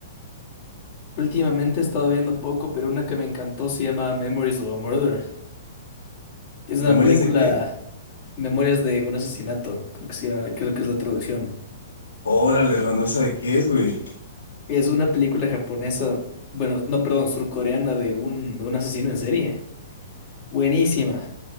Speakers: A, on the left; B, on the left.
A: últimamente he estado viendo poco, pero una que me encantó se llama Memories of a Murder.
B: <laughs>
A: Es
B: ¿Memorias
A: una película,
B: de qué?
A: Memorias de un asesinato, creo que sí, creo que es la traducción.
B: Órale, hermano, ¿esa de qué es, güey?
A: Es una película japonesa, bueno, no, perdón, surcoreana de un, de un asesino en serie. Buenísima,